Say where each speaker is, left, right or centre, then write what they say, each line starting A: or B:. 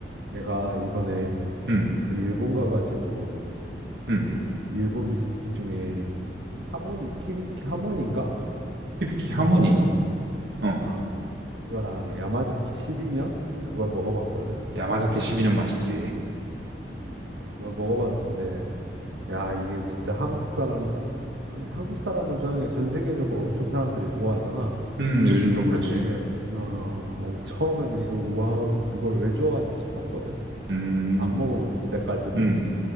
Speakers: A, on the right; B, on the right.
A: 내가 이번에
B: 음,
A: 그 일본 가가지고
B: 음.
A: 그 일본 위스키 중에 하모니 히비키 하모니인가
B: 히비키 하모니?
A: 그거랑
B: 어.
A: 아 그거랑 야마자키 12년 그걸 먹어봤거든.
B: 야마자키 12년 맛있지.
A: 그걸 먹어봤는데 야 이게 진짜 한국 사람 아니 한국 사람을 좋아하는 게 전 세계적으로 엄청 사람들이 좋아하잖아.
B: 음, 요즘 좀 그렇지.
A: 야 이게 어, 어, 처음에는 이거 와 이걸 왜 좋아하지 싶었거든.
B: 음,
A: 안 먹어봤을 때까지는.
B: 음.